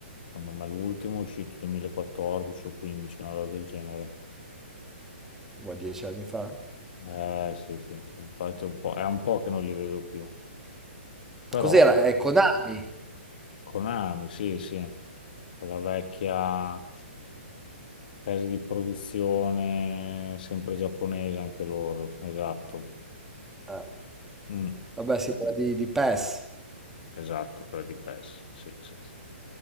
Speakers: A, on the left (about 50°); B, in the centre.
A: Secondo me l'ultimo è uscito 2014 o 2015, una roba del genere.
B: Boh, dieci anni fa?
A: Eh sì, sì, sì, infatti è un po', è un po' che non li vedo più. Però
B: Cos'era? È Konami.
A: Konami, sì, sì, quella vecchia casa di produzione sempre giapponese anche loro, esatto.
B: Ah,
A: Mm,
B: vabbè, sì, era di, di PES.
A: esatto, quella di PES, sì, sì, sì.